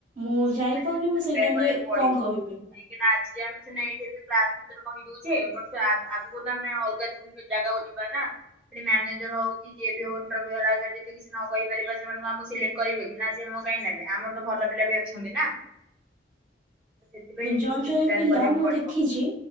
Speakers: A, on the right (about 50°); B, in the centre.
A: ମୁଁ
B: ସେଥିପାଇଁ
A: ଜାଣି
B: ନିଜକୁ
A: ପାରୁନି
B: ପ୍ରିପେୟାର
A: ମୁଁ ସେଇ ଟାଇମରେ
B: କରିବାକୁ ପଡିବ।
A: କଣ କହିବି?
B: କାହିଁକି ନା ଆଜି ଆମେ ସିନା ଏଇଠି ଏମତି କ୍ଲାସ ଭିତରେ କହିଦଉଚେ। ବଟ୍ ତ ଆଗ୍ ଆଗକୁ ଆମେ ଅଲଗା ଜାଗାକୁ ଯିବା ନା ସେଠି ମ୍ୟାନେଜର ହଉ କି କି ଯିଏ ବି ହଉ ଇଣ୍ଟାର୍ଭୁ ହରା ଯଦି କିଛି ନ କହିପାରିବା ସେମାନଙ୍କୁ ଆମକୁ ସିଲେକ୍ଟ କରିବେ କି? ନା ସେ ଆମକୁ କାହିଁ ନେବେ ଆମଠୁ ତ ଭଲ ପିଲା ବି ଅଛନ୍ତି ନା। ସେଥିପାଇଁ ନିଜକୁ
A: ଜଣେ
B: ପ୍ରିପେୟାର
A: ଜଣେ ପିଲା
B: କରିବାକୁ
A: ମୁଁ
B: ପଡିବ
A: ଦେଖିଛି।